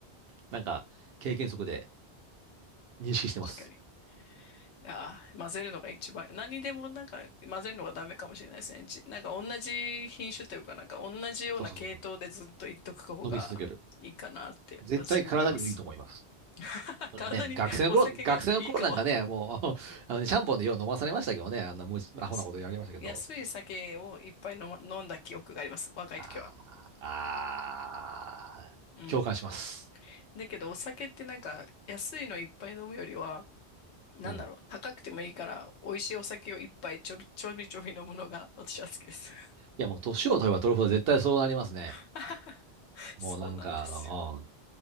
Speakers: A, on the right; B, on the left.
A: なんか経験則で、認識してます。
B: 確かに。ああ、混ぜるのが一番。何でもなんか混ぜるのがダメかもしれないですね。じ、なんか同じ品種というか、なんか同じような系統でずっと言っとく方がいいかなって私も思います。
A: そうそうそう。飲み続ける。絶対体にもいいと思います。
B: <laughs> 体にお酒がいいかは。
A: ね、学生の頃、学生の頃なんかね、もう、<laughs> あのねシャンポンでよう飲まされましたけどね、あんな無知、
B: 安い、
A: アホなことやりましたけど。
B: 安い酒をいっぱい飲ま、飲んだ記憶があります。若い時は。
A: あーあー、
B: うん。
A: 共感します。
B: だけどお酒ってなんか安いのいっぱい飲むよりは、なんだろう、
A: うん。い
B: 高くてもいいから美味しいお酒をいっぱいちょびちょびちょび飲むのが私は好きです。
A: や、もう年を取れば取るほど絶対そうなりますね。
B: <laughs> そうなんですよ。
A: もうなんか、あの、うん